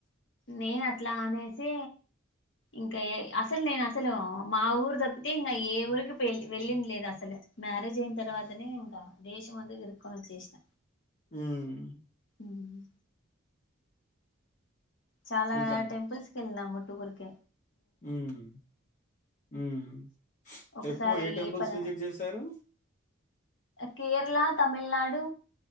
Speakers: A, on the left; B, on the left.
A: నేను అట్లా అనేసి ఇంకా అసలు నేను అసలు మా ఊరు తప్పితే ఇంకా ఏ ఊరికి వెళ్ వెళ్ళింది లేదు అసలు మ్యారేజ్ అయిన తర్వాతనే ఇంకా దేశం అంతా తిరుకొని వచ్చెసిన
B: ఉమ్మ్
A: ఉమ్మ్ చాలా
B: ఇంకా
A: టెంపుల్స్‌కి ఎళ్ళినము టూర్కి
B: ఉమ్మ్ ఉమ్మ్
A: ఒకసారి
B: ఎక్కువ ఏ టెంపుల్స్
A: పద
B: విజిట్ చేశారు
A: కేరళ తమిళనాడు